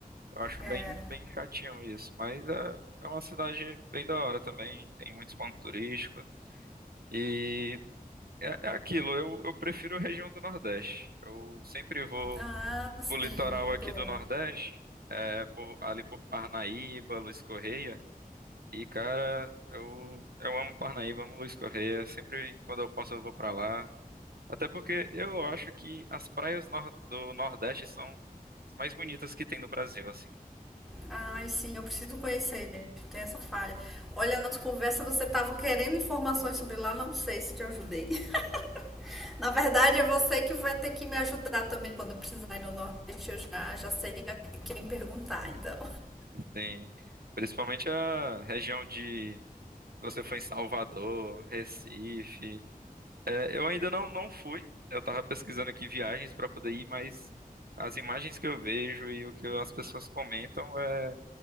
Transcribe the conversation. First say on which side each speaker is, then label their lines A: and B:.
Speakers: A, on the right; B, in the centre.
A: Eu acho
B: É.
A: bem, bem chatinho isso, mas é, é uma cidade bem da hora também, tem muitos pontos turísticos. E é, é aquilo, eu, eu prefiro a região do Nordeste. Eu sempre vou
B: Ah, sim,
A: pro litoral
B: é
A: aqui
B: bom.
A: do Nordeste, é, por- ali por Parnaíba, Luiz Correia. E, cara, eu, eu amo Parnaíba, amo Luiz Correia. Sempre quando eu posso, eu vou pra lá. Até porque eu acho que as praias nor- do Nordeste são as mais bonitas que tem no Brasil, assim.
B: Ai, sim, eu preciso conhecer. gente. Tem essa falha. Olha, a nossa conversa, você estava querendo informações sobre lá, não sei se te ajudei. <laughs> Na verdade, é você que vai ter que me ajudar também quando eu precisar ir no Nordeste. Eu já, já sei quem perguntar, então.
A: Tem, principalmente a região de você foi em Salvador, Recife. É, eu ainda não, não fui. Eu tava pesquisando aqui viagens para poder ir, mas as imagens que eu vejo e o que as pessoas comentam é,